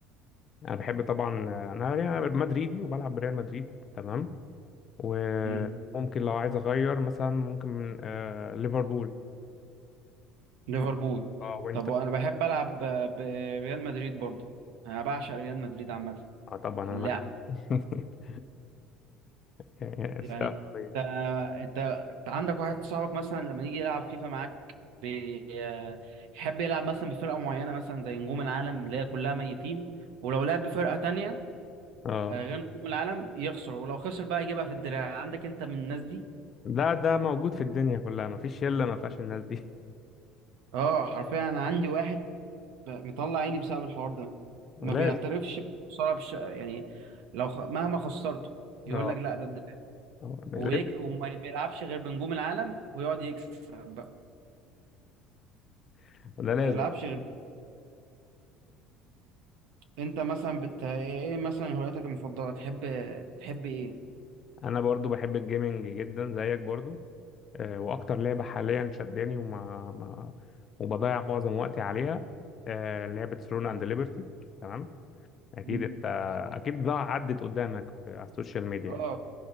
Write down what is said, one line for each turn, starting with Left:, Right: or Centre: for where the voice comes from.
Left: انا بحب طبعا آه، انا أنا مدريدي وبلعب بريال مدريد تمام وممكن
Right: مم.
Left: لو عايز اغير مثلا ممكن آه ليفربول
Right: ليفربول
Left: اه وانت
Right: طب وانا بحب العب ب- بريال مدريد برضو انا بعشق ريال مدريد عامه
Left: اه طبعا
Right: في
Left: انا
Right: اللعب
Left: مدريد <laughs> يعني
Right: يعني
Left: فرقه قويه
Right: انت انت أنت عندك واحد صاحبك مثلا لما يجي يلعب فيفا معاك بي- آه، يحب يلعب مثلا بفرقه معينه مثلا زي نجوم العالم اللي هي كلها ميتين ولو لعب بفرقه تانية
Left: اه
Right: آه، غير نجوم العالم يخسر ولو خسر بقى يجيبها في الدراع عندك انت من الناس دي
Left: ده ده موجود في الدنيا كلها مفيش شله ما فيهاش الناس دي
Right: اه حرفيا انا عندي واحد بقى مطلع عيني بسبب الحوار ده
Left: <laughs>
Right: ما
Left: لازم
Right: بيعترفش بخسارة بش... يعني لو خ... مهما خسرته
Left: مم.
Right: يقول
Left: اه
Right: لك لا ده الدفاع
Left: آه، لازم.
Right: ويك... وما بيلعبش غير بنجوم العالم ويقعد يكسب بقى
Left: <laughs> ده لازم
Right: ما يلعبش غير انت مثلا بت... ايه مثلا هواياتك المفضلة تحب تحب ايه
Left: انا برضو بحب الجيمنج جدا زيك برضو آه، واكتر لعبه حاليا شداني وما ما وبضيع معظم وقتي عليها آه، لعبه ثرون اند ليبرتي تمام اكيد
Right: مم.
Left: انت اكيد ضاع عدت قدامك في- على السوشيال ميديا
Right: اه
Left: يعني